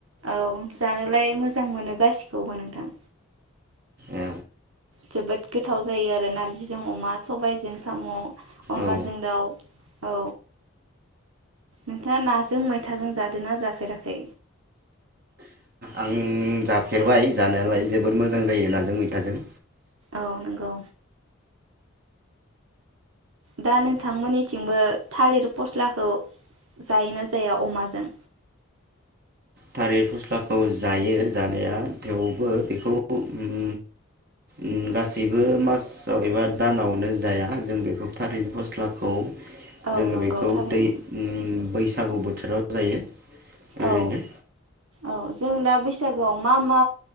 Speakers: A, on the right; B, on the right.
A: औ जानोलाय मोजां मोनो गासिखौबो नोंथां
B: औ
A: जोबोद गोथाव जायो आरो नार्जिजों अमा सबायाइजों साम' अनलाजों
B: औ
A: दाउ औ नोंथाङा नाजों मैथाजों जादों ना जाफेराखै
B: आं जाफेरबाय जानायालाय जोबोर मोजां जायो नाजों मैथाजों
A: औ नोंगौ दा नोंथांमोननिथिंबो थालिर फस्लाखौ जायोना जाया अमाजों।
B: थालिर फस्लाखौ जायो जानाया थेवबो बेखौ उम उम गासैबो मासाव एबा दानावनो जाया जों बेखौ थालिर फस्लाखौ
A: औ
B: जोङो
A: नंगौ
B: बेखौ
A: थारैनो
B: दै उम बैस सागु बोथोराव जायो। ओरैनो।
A: औ औ जों दा बैसागोआव मा मा